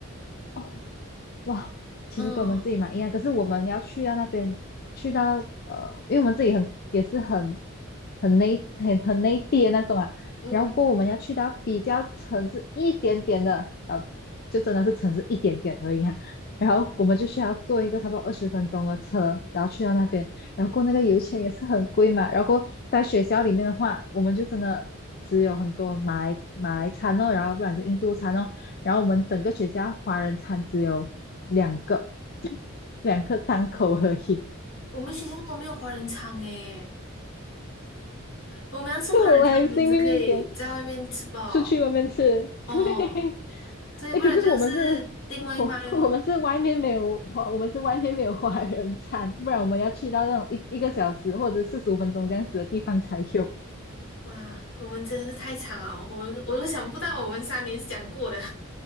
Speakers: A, on the left; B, on the left.
A: 哦，哇，其实跟我们自己蛮一样，
B: 嗯
A: 可是我们要去到那边，去到呃，因为我们自己很也是很很内很很内地的那种啊，
B: 嗯，
A: 然后过后我们要去到比较城市一点点的，呃，就真的是城市一点点而已啊。然后我们就需要坐一个差不多二十分钟的车，然后去到那边，然后过后那个油钱也是很贵嘛。然后过后在学校里面的话，我们就真的只有很多马来马来餐哦，然后不然就印度餐哦。然后我们整个学校华人餐只有两个两个档口而已，
B: 我们学校都没有华人餐诶，我们要吃华人餐，
A: <laughs> 就我们还幸运一点，
B: 我们只可以在外面吃饱
A: 出去外面吃。
B: 哦，
A: 对 <laughs>，
B: 对，
A: 哎，
B: 不然就是订外卖哦。
A: 可是我们是，我我们是外面没有我们是外面没有华人餐，不然我们要去到那种一一个小时或者四十五分钟这样子的地方才有。
B: 哇，我们真的是太惨了，我们我都想不到我们三年是怎样过的。